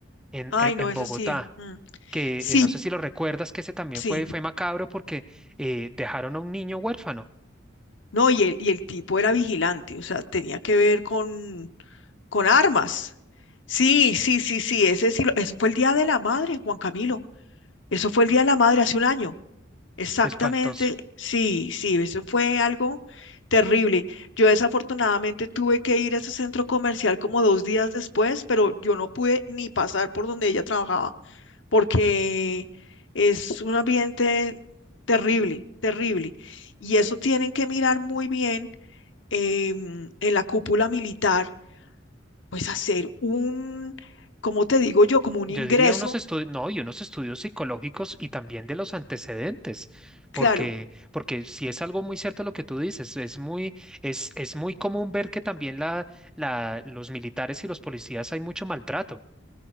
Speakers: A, in the centre; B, on the left.
A: en,
B: Ay,
A: en-
B: no,
A: en
B: eso
A: Bogotá,
B: sí. mm.
A: que
B: Sí,
A: eh, no sé si lo recuerdas, que ese también
B: sí.
A: fue, fue macabro porque eh, dejaron a un niño huérfano.
B: No, y el, y el tipo era vigilante, o sea, tenía que ver con, con armas. Sí, sí, sí, sí, ese sí, lo- ese fue el Día de la Madre, Juan Camilo. Eso fue el Día de la Madre hace un año. Exactamente,
A: Espantoso.
B: sí, sí, eso fue algo terrible. Yo desafortunadamente tuve que ir a ese centro comercial como dos días después, pero yo no pude ni pasar por donde ella trabajaba, porque es un ambiente terrible, terrible. Y eso tienen que mirar muy bien em, en la cúpula militar, pues hacer un, como te digo yo? Como un
A: Yo
B: ingreso,
A: diría unos estudios, no, y unos estudios psicológicos y también de los antecedentes,
B: claro,
A: porque, porque si es algo muy cierto lo que tú dices, es muy, es, es muy común ver que también la, la, los militares y los policías hay mucho maltrato.